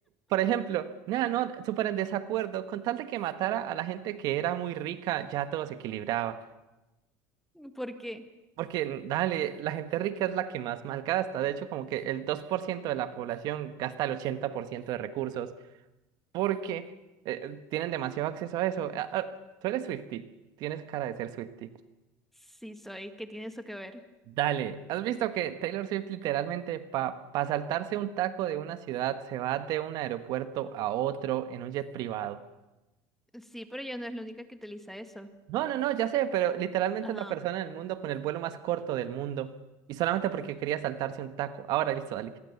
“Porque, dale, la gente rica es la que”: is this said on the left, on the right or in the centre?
Right